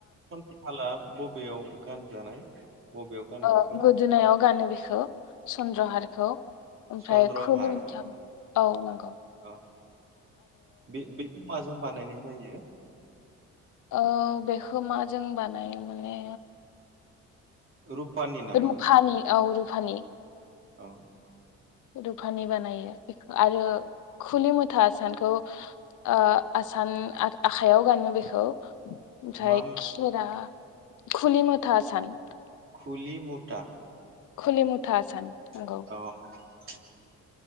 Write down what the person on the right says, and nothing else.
चन्द्रहाला बबेयाव गानजानाय बबेयाव गानो
बेखौ
अ
चन्द्रहार
औ बे बेखौ माजों बानायनाय जायो?
रुपानि नामा
औ
मा मु-
गुलि मुथा
अह